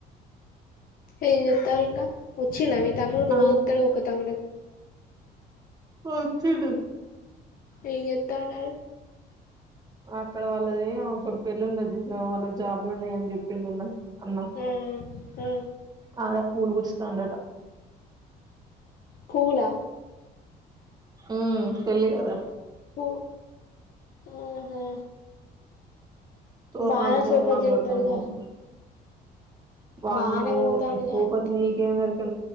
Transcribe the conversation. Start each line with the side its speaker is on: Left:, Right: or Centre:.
Left: ఏం చెప్తారు ఇంకా వచ్చిండ మీ తమ్ముడు రోజు
Right: ఆ
Left: వస్తాడు ఒక తమ్ముడు
Right: ఒల్సిడు
Left: ఈ ఎత్తనా
Right: అక్కడ వాళ్ళది ఒకటి పెళ్ళి ఉన్నది వాళ్ళకి జాబ్లు ఉన్నాయ అని చెప్పి నిన్న అన్నా
Left: ఆ ఆ
Right: ఆడ పూలు పచ్చితంటటా
Left: పువ్వుల
Right: ఉ పెళ్లి కదా
Left: ఓ ఆహా
Right: తోరణాలు
Left: బానే
Right: తోరణాలు
Left: సపోర్ట్ చేత్తడుగా
Right: కడతారు కదా వామో
Left: బానే పోతాండుగా
Right: సోపతి
Left: అన్నిటికీ
Right: నీకే మెరక